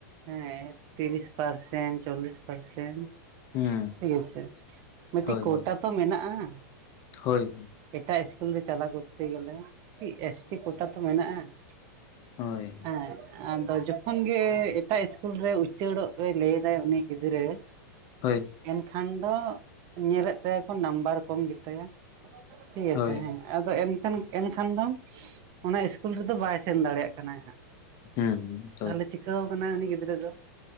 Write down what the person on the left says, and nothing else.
ᱦᱮᱸ
ᱦᱳᱭ
ᱦᱳᱭ
ᱦᱳᱭ᱾
ᱦᱳᱭ
ᱦᱳᱭ᱾
ᱦᱳᱭ
ᱦᱮᱸᱸ